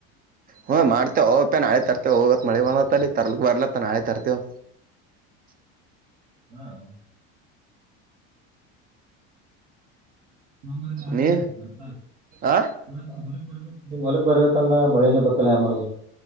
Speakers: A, on the right; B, on the right.
A: ಹ್ಮ್ ಮಾಡ್ತೇವ ನಾಳೆ ತರ್ತೆೇವ ಹೋಗತ್ ಮಳೆ ಬ ತರ್ ಬರ್ಲತ್ತ ನಾಳೆ ತರ್ತೆೇವ <inaudible>
B: ಹ್ಮ್ ಸೋಮಂಬಾರಿ ನಾಳೆ
A: ನೀ
B: ಬರ್ತಾ
A: ಆ
B: ಇವ ಹೊಲಕ್ ಬರ್ಬೇಕು ನಿಮ್ ಹೊಲಗ್ ಬರ್ಬೇಕಂದ್ರೆ ಮಳಿನ ಬತ್ತಲ್ಲ ಹ ಮಾಡದು